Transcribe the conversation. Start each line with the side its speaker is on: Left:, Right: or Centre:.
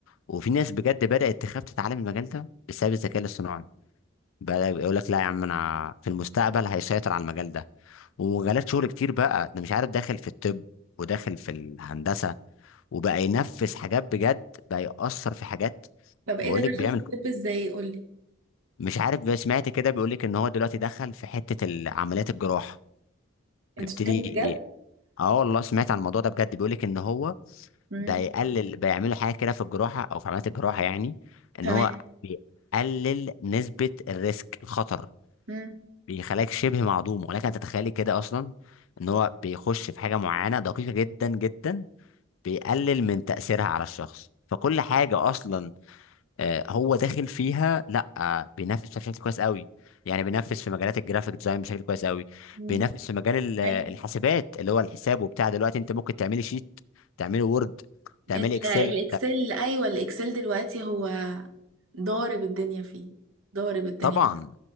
Left: وفي ناس بجد بدأت تخاف تتعلم المجال ده بسبب الذكاء الاصطناعي بقى يقول لك لا يا عم انا في المستقبل هيسيطر على المجال ده ومجالات شغل كتير بقى ده مش عارف داخل في الطب وداخل في الهندسه وبقى ينفذ حاجات بجد بقى يأثر في حاجات
Right: طب ايه
Left: بقول
Right: ده
Left: لك
Right: دخل
Left: بيعمل
Right: في الطب
Left: ك-
Right: ازاي قولي
Left: مش عارف بقى سمعت كده بيقول لك ان هو دلوقتي دخل في حته ال- عمليات الجراحه
Right: انت
Left: بيبتدي
Right: بتتكلم بجد
Left: ي- اه والله سمعت عن الموضوع ده بجد بيقول لك ان هو
Right: امم
Left: ده يقلل بيعملوا حاجه كده في الجراحه او في عمليات الجراحه يعني ان
Right: تمام
Left: هو بيقلل نسبه الريسك الخطر
Right: امم
Left: بيخليك شبه معدوم ولكن تتخيلي كده اصلا ان هو بيخش في حاجه معينه دقيقه جدا جدا بيقلل من تاثيرها على الشخص فكل حاجه اصلا آه، هو داخل فيها لا آه، بينافس بشكل كويس قوي يعني بينافس في مجالات الجرافيك ديزاين بشكل كويس قوي
Right: امم
Left: بينافس في مجال ال- الحاسبات
Right: ايوه
Left: اللي هو الحساب وبتاع دلوقتي انت ممكن تعملي شيت تعملي وورد تعملي
Right: ال-
Left: اكسل
Right: الاكسل ايوه الاكسل دلوقتي هو ضارب الدنيا فيه ضارب الدنيا
Left: طبعا